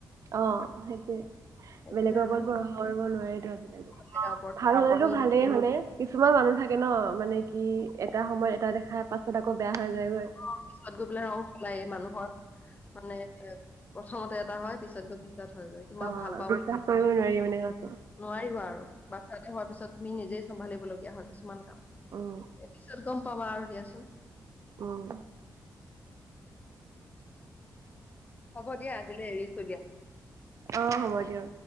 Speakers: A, on the right; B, on the left.
A: অ' সেইটোৱে৷
B: এতিয়া
A: বেলেগৰ
B: আৰু
A: ওপৰত ভৰষা কৰিব নোৱাৰিতো আজিকালি ৷ অ৷
B: জেগাৰ ওপৰত
A: ভাল হলেতো
B: তুমি
A: ভালেই হয়নে? কিছুমান মানুহ থাকে ন মানে কি এটা সময়ত এটা দেখাৰ পাছত আকৌ বেয়া হৈ যায়গৈ৷
B: অ', পিছত গৈ পেলায় ৰং সলায় মানুহৰ৷ মানে প্ৰথমতে এটা হয় পিছত গৈ পিছত হৈ গৈ তোমাক
A: অ'
B: ভাল পাওঁ
A: বিশ্বাস
B: বুলি কৈ
A: কৰিব নোৱাৰি
B: পেলাই
A: মানে কাকো।
B: নোৱাৰিবা আৰু বাচ্ছা এটা হোৱাৰ পিছত তুমি নিজেই চম্ভালিবলগীয়া হয় কিছুমান কাম৷
A: উম,
B: এই পিছত গম পাবা আৰু দিয়াচোন।
A: উম,
B: হ'ব দিয়া আজিলৈ এৰিছো দিয়া৷
A: অ' হ'ব দিয়ক।